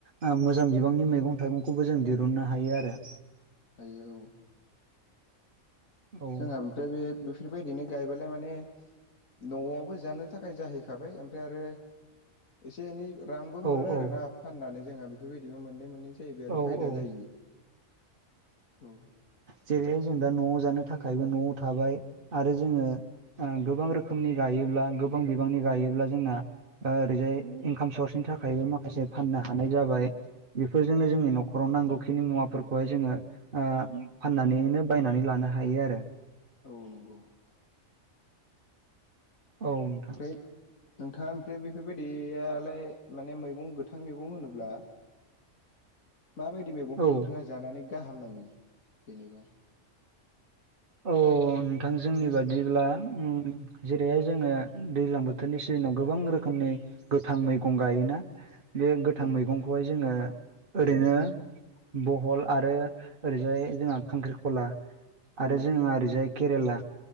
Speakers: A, on the right; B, on the left.
A: ओ मोजां बिबांनि मैगं थाइगंखौबो जों दिरुननो हायो आरो।
B: हायो औ
A: औ
B: जोंहा ओमफ्राय बे बेफोर बायदिनो गायबोलाय माने न'आवबो जानो थाखाय जाहैखाबाय ओमफ्राय आरो एसे एनै ओ रांबो
A: औ
B: मोनो आरो
A: औ
B: ना, फाननानै जोंहा बेफोर बायदिबो मोननै मोननै जाहैबाय आरो
A: औ
B: फायदा
A: औ
B: जायो। औ।
A: जेरैहाय जों दा न'आव जानो थाखायबो न'आव थाबाय। आरो जोङो ओ गोबां रोख खोमनि गायोब्ला गोबां बिबांनि गायोब्ला जोंना ओरैजाय इंकाम सर्सनि थाखायबो माखासे फाननो हानाय जाबाय। बेफोरजोंनो जोंनि न'खराव नांगौखिनि मुवाफोरखौहाय जोङो ओ फाननानैनो बायनानै लानो हायो आरो।
B: औ नंगौ।
A: औ नोंथां
B: फ्रायथ नोंथाङा ओमफ्राय बेफोर बायदियालाय माने मैगं गोथां मैगं होनोब्ला माबायदि मैगंखौ
A: औ
B: नोंथाङा जानानै गाहाम नाङो जेनेबा
A: औ नोंथां जोंनि बादिब्ला उम जेरैहाय जोङो दैज्लां बोथोरनि सिजेनाव गोबां रोखोमनि गोथां मैगं गायोना। बे गोथां
B: औ
A: मैगंखौहाय जोङो ओरैनो बहल आरो ओरैजाय जोंहा खांख्रिखला। आरो
B: औ
A: जोंहा ओरैजाय केरेला